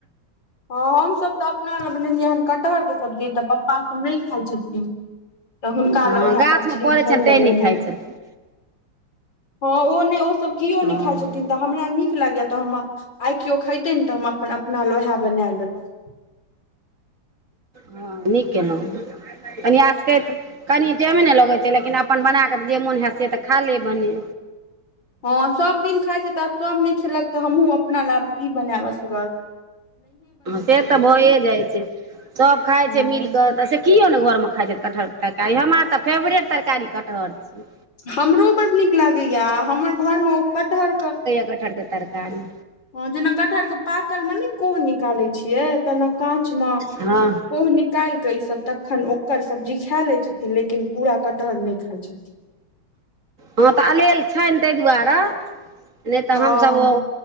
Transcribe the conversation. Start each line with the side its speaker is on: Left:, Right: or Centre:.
Left: ह हमसभ तऽ अपना लग बनेलियै हन कटहरके सब्जी तऽ पप्पा नहि खाइत छथिन तऽ हुनका
Right: हँ
Left: लए उएह
Right: गाछमे
Left: कचरी
Right: फड़ै
Left: छानि
Right: छनि तैँ
Left: देलियनि
Right: नहि खाइ
Left: हैं
Right: छथिन
Left: हँ ओ नहि ओसभ केओ
Right: हँ
Left: नहि खाइ छथिन तऽ हमरा नीक लागय त हमरा। आइ केओ खेते ने त हम अपन अपना लहे बना लेलहु
Right: ह नीक केलहुँ कन्यास करैत कनि टाइमे नहि लगैत छै लेकिन अपन बना कऽ तऽ जे मोन होयत से त खा ले बने
Left: हँ सभ दिन खाइ छै तऽ आब सभ नहि खेलक तऽ हमहूँ अपना लब की बनायबसगर।
Right: से तऽ भए जाइ छै सभ खाय
Left: हँ
Right: छै मिल कऽ त से किओ नहि घरमे खाइत छथिटहर तरकारी हमरा तऽ फेवरेट तरकारी कटहर छी
Left: हमरो बड़ नीक लागैए हमर घरमे ओ कटहरके
Right: कठर तरकारी।
Left: हैं जेना कटहर के पाकल मे ने कोह निकाले छै छिय त काँच मे
Right: हँ
Left: निकाल केऽ ई सभ तखन ओकर सब्जी खा ले छथिन लेकिन पूरा कटहर नहि खाय छथिन
Right: हँ तऽ अलेल छनि ताहि दुआरे नहि तऽ
Left: हँ
Right: हमसभ